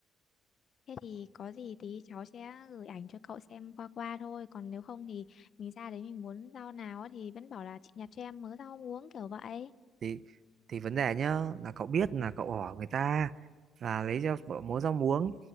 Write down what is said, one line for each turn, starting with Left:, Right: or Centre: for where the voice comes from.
Left: thế thì có gì tí cháu sẽ gửi ảnh cho cậu xem qua qua thôi còn nếu không thì mình ra đấy mình muốn rau nào á thì vẫn bảo là chị nhặt cho em mớ rau muống kiểu vậy
Right: thì thì vấn đề nhá là cậu biết là cậu hỏi người ta là lấy cho cậu múa rau muống